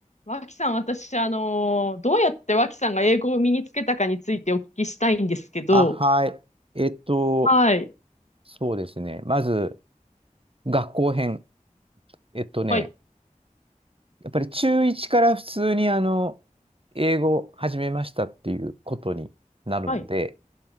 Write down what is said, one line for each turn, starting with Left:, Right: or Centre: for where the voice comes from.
Left: 脇さん、私、あのーどうやって脇さんが英語を身につけたかについてお聞きしたいんですけど、
Right: あ、はい。えっと、
Left: はい、
Right: そうですね。まず、学校編。えっとね、
Left: はい、
Right: やっぱり中1から普通にあの、英語を始めましたっていうことになるので、
Left: はい、